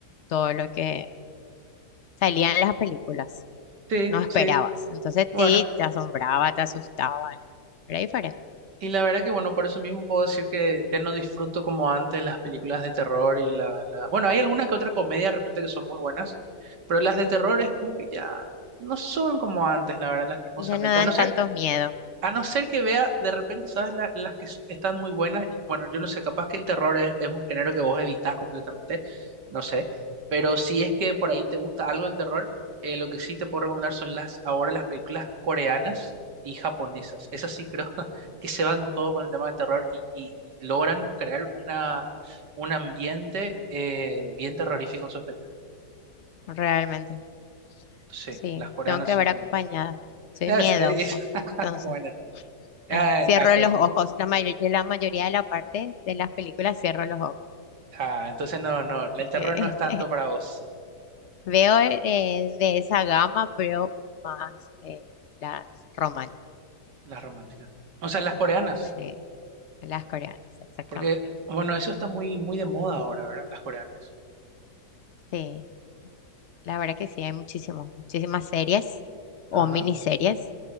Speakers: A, on the left; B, on the right.
A: todo lo que salían las películas,
B: sí,
A: no esperabas.
B: sí.
A: Entonces
B: Bueno,
A: sí, te asombraba, te asustaba, eh, Era diferente.
B: y la verdad que, bueno, por eso mismo puedo decir que ya no disfruto como antes las películas de terror y la, la... Bueno, hay alguna que otra comedia de repente que son muy buenas, pero las de terror es como que ya no son como antes, la verdad, lastimosamente.
A: Ya no dan
B: A no ser
A: tantos miedos,
B: A no ser que vea, de repente, ¿sabes? La- las que s- están muy buenas. y Bueno, yo no sé, capaz que el terror es, es un género que vos evitás completamente, no sé. Pero si es que por ahí te gusta algo del terror, eh, lo que sí te puedo recomendar son las, ahora las películas coreanas y japonesas. Esas sí creo <laughs> que se van todo con el tema del terror y, y- y logran crear una, un ambiente eh, bien terrorífico en sus películas.
A: realmente.
B: Sí,
A: Sí,
B: las coreanas
A: tengo que
B: son
A: ver
B: muy
A: acompañada.
B: buenas.
A: Soy
B: Ah,
A: miedosa.
B: Es- es- <laughs>
A: Entonces,
B: bueno, ah,
A: eh, cierro
B: ok,
A: los ojos. La may- la mayoría de la parte de las películas cierro los ojos.
B: Ah, entonces no, no, el
A: <laughs>
B: terror no es tanto para vos,
A: Veo eh, de esa gama, veo más eh, las romanas,
B: las románticas. O sea, las coreanas,
A: sí, las coreanas, exactamente.
B: porque, bueno,
A: Sí,
B: eso está muy, muy de moda ahora, ¿verdad? Las coreanas.
A: sí. La verdad que sí, hay muchísimos, muchísimas series o
B: Ajá.
A: miniseries